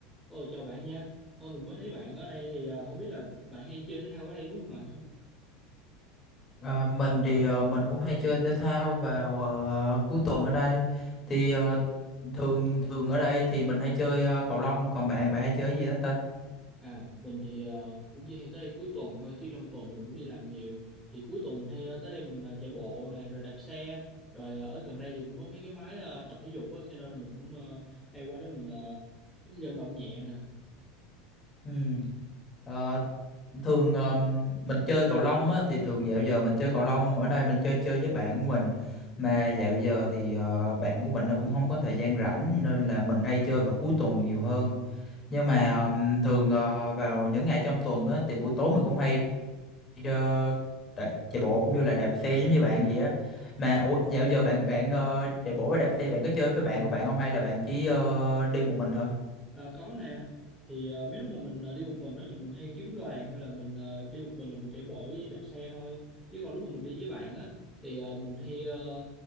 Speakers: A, in the centre; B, on the left.
A: Ôi chào bạn nha. Ờ, mình mới thấy bạn ở đây thì ờ, không biết là bạn hay chơi thể thao ở đây đúng không ạ?
B: À, mình thì ờ, mình cũng hay chơi thể thao vào ờ, cuối tuần ở đây thì ờ, thường thường ở đây thì mình hay chơi ờ, cầu lông còn bạn bạn hay chơi cái gì đó ta
A: À, mình thì ờ, cũng chỉ hay tới đây cuối tuần thôi chứ trong tuần thì mình cũng đi làm nhiều. Thì cuối tuần mình hay ờ, tới đây mình ờ, chạy bộ nè, rồi đạp xe, rồi ờ, ở gần đây thì cũng có mấy cái máy ờ, tập thể dục á cho nên là mình cũng ờ, hay qua đó mình ờ, vận động nhẹ nè.
B: ừ. Ờ, thường ờm, mình chơi cầu lông á, thì thường dạo giờ mình chơi cầu lông ở đây mình chơi chơi với bạn của mình mà dạo giờ thì ờ, bạn của mình nó cũng không có thời gian rảnh nên là mình hay chơi vào cuối tuần nhiều hơn nhưng mà ừm, thường ờ, vào những ngày trong tuần á, thì buổi tối mình cũng hay uh, chạy, chạy bộ cũng như là đạp xe giống như bạn vậy á mà ủa, dạo giờ bạn bạn ờ, chạy bộ với đạp xe bạn có chơi với bạn của bạn không hay là bạn chỉ ờ, đi một mình thôi
A: Ờ, có nè thì ờ, mấy lúc mà mình ờ, đi một mình đó thì mình hay kiếm đoàn hay là mình ờ, đi một mình là mình chạy bộ với đạp xe thôi chứ còn lúc mà mình đi với bạn á thì ờ, mình hay ờ,